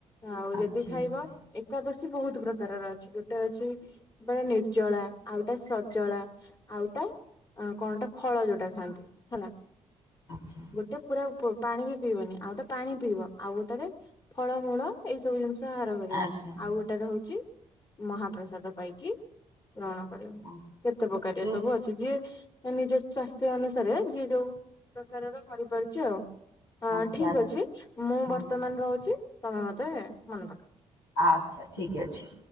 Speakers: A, on the left (about 25°); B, on the left (about 75°).
A: ଆଉ
B: ଆଚ୍ଛା ଆଚ୍ଛା
A: ଯଦି ଖାଇବ
B: ଆଚ୍ଛା
A: ଏକାଦଶୀ ବହୁତ ପ୍ରକାରର ଅଛି, ଗୋଟେ ଅଛି ବଟେ ନିର୍ଜଳା, ଆଉଟା ସଜଳା, ଆଉଟା ଆଉ କଣଟା ଫଳ ଯଉଟା ଖାଆନ୍ତି, ହେଲା।
B: ଆଚ୍ଛା।
A: ସେ ପୁରା ଫୁ - ପାଣି ବି ପିଇବନି ଆଉ ଗୋଟେ ପାଣି ପିଇବ ଆଉ ଗୋଟାରେ ଫଳମୂଳ ଏଇ ସବୁ ଜିନିଷ। ସେ ହାର କରିବ,
B: ଆଚ୍ଛା।
A: ଆଉ ଗୋଟାର ହଉଛି ମହାପ୍ରସାଦ ପାଇକି ରଣ କରିବ,
B: ଆଚ୍ଛା
A: କେତେ ପ୍ରକାରିଆ
B: ଯୋଉ
A: ସବୁ ଅ ଯିଏ ନିଜ ସ୍ୱାସ୍ଥ୍ୟ ଅନୁସାରେ ଯିଏ ଯଉ - ପ୍ରକାରର କରିପାରୁଛି ଆଉ। ହଁ
B: ଆଚ୍ଛା
A: ଠିକ ଅଛି, ମୁଁ
B: ହୁଁ
A: ବର୍ତ୍ତମାନ ରହୁଛି ତମେ ମତେ ମନେ ପକା।
B: ଆଚ୍ଛା, ଠିକ୍ ଅଛି।